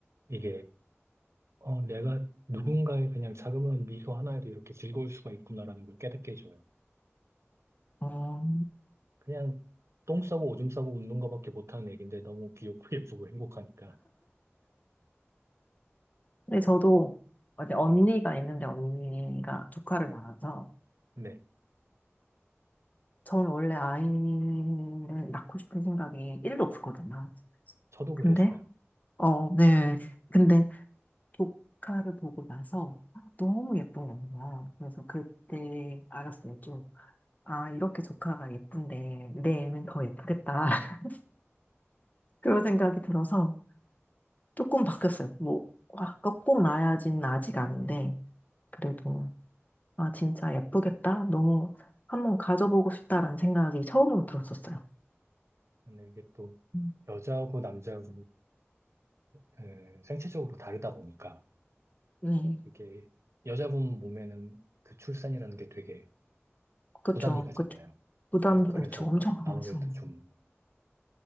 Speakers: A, on the right (about 70°); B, on the left (about 35°).
A: 이게 어, 내가 누군가의 그냥 자그마한 미소 하나에도 이렇게 즐거울 수가 있구나라는 걸 깨닫게 해줘요.
B: 어,
A: 그냥 똥 싸고 오줌 싸고 웃는 것밖에 못하는 애기인데 너무 귀엽고 <laughs> 예쁘고 행복하니까.
B: 근데 저도 어제 언니가 있는데 언니가 조카를 낳아서
A: 네.
B: 저는 원래 아이를 낳고 싶은 생각이 1도 없었거든요.
A: 저도
B: 근데
A: 그랬어요.
B: 어, 네. 근데 조카를 보고 나서 너무 예쁜 거예요. 그래서 그때 알았어요. 좀, 아, 이렇게 조카가 예쁜데 내 애는 더 예쁘겠다. <laughs> 그런 생각이 들어서 조금 바뀌었어요. 뭐, 와, 꼭 나야지는 아직 아닌데, 그래도, 아, 진짜 예쁘겠다. 너무 한번 가져보고 싶다라는 생각이 처음으로 들었었어요.
A: 근데 이게 또
B: 음,
A: 여자하고 남자하고 그 생체적으로 다르다 보니까
B: 네,
A: 그게 여자분 몸에는 그 출산이라는 게 되게
B: 그쵸,
A: 부담이 가잖아요.
B: 그쵸. 부담,
A: 예,
B: 그쵸,
A: 그래서
B: 엄청 가봤어요.
A: 아무래도 좀